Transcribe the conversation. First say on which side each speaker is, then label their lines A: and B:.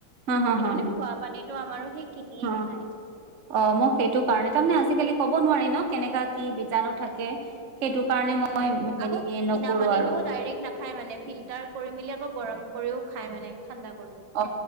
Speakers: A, on the right; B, on the right.
A: হা হা
B: কিন্তু
A: হা
B: মানে খোৱা পানীটো আমাৰো সেই কিনিয়ে
A: হা অ
B: খায়
A: মই, সেইটো কাৰণে। তাৰমানে আজিকালি ক'ব নোৱাৰি ন কেনেকা কি বীজাণু থাকে। সেইটো কাৰণে
B: উম।
A: মই হেৰি
B: আকৌ
A: নকৰো
B: কিনা পানীটো
A: আৰু
B: ডাইৰেক্ট নাখাই মানে ফিল্টাৰ কৰি মেলি আকৌ গৰম কৰিও, খাই মানে। ঠাণ্ডা কৰি
A: অ